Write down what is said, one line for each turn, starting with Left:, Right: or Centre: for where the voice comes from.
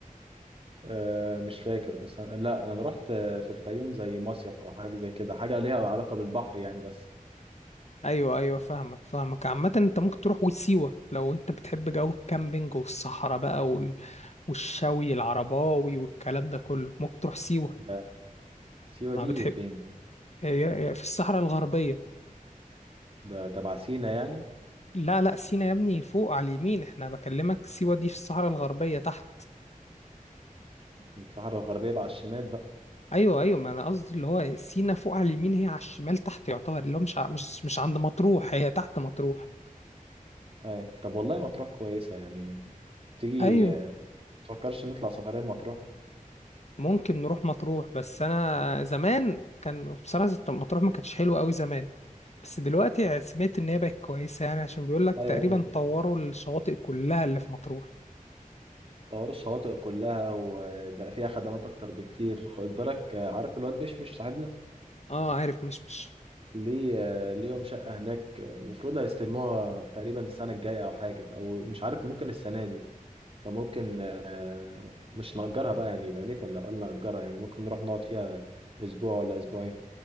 Right: أه مش فاكر بس أنا... لا انا رحت في الفيوم زي مصيف او حاجة زي كده حاجة ليها علاقة بالبحر يعني بس
Left: ايوه ايوه فاهمك فاهمك عامة انت ممكن تروح وسيوة لو انت بتحب جو الكامبينج والصحراء بقى وال- والشوي العرباوي والكلام ده كله ممكن تروح سيوة
Right: ده سيوة
Left: ما
Right: دي
Left: بتحب
Right: فين
Left: هي هي في الصحراء الغربية
Right: ده تبع سينا يعني
Left: لا لا سينا يا ابني فوق على اليمين احنا بكلمك سيوة دي في الصحراء الغربية تحت
Right: الصحراء الغربية بقى على الشمال بقى
Left: ايوه ايوه ما انا قصدي اللي هو سينا فوق على اليمين هي على الشمال تحت يعتبر اللي هو مش ع- مش مش عند مطروح هي تحت مطروح
Right: أي. طب والله مطروح كويسة يعني تيجي
Left: ايوه
Right: آه، تفكرش نطلع سفرين مطروح
Left: ممكن نروح مطروح بس انا زمان كان بصراحة مطروح ما كانتش حلوة قوي زمان بس دلوقتي سمعت ان هي بقت كويسة يعني عشان بيقول لك
Right: أيوة
Left: تقريبا
Right: يا ابني
Left: طوروا الشواطئ كلها اللي في مطروح
Right: طور الشواطئ كلها وبقى فيها خدمات أكتر بكتير خد بالك آه، عارف الواد مش مش صاحبنا
Left: اه عارف مش مش
Right: ليه آه، ليهم شقة هناك المفروض هيستلموها تقريبا السنة الجاية أو حاجة أو مش عارف ممكن السنة دي فممكن آه، مش نأجرها بقى يعني يبقى نتن لو قلنا نأجرها يعني ممكن نروح نقعد فيها أسبوع ولا أسبوعين